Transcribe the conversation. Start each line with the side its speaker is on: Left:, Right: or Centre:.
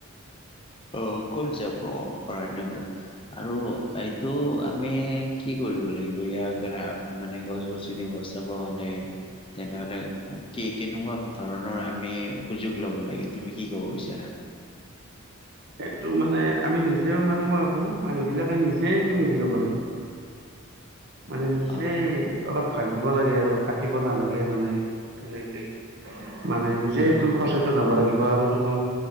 Left: অ কত যাব। অৰাণ্য <inaudible> আৰু এইটো আমি কি কৰিব লাগিব ইয়াৰ <inaudible> মানে গছ -গছনি বচাব হ'লে। তেনেহলে কি কেনেকুৱা ধৰণৰ আমি সুযোগ ল'ব লাগে তুমি কি ক'ব বিচাৰা।
Right: এইটো মানে আমি নিজেওঁ মানে মই ভাবো মানুহ বিলাকে নিজে এইটো হেৰি হ'ব লাগে। মানে নিজেই
Left: অ
Right: অলপ ভাবিব লাগে আৰু কাটিব নালাগে মানে। তেনেকেই মানে নিজেই
Left: উম
Right: টো
Left: উম
Right: সচেতন হব লাগিব আৰু তোমা।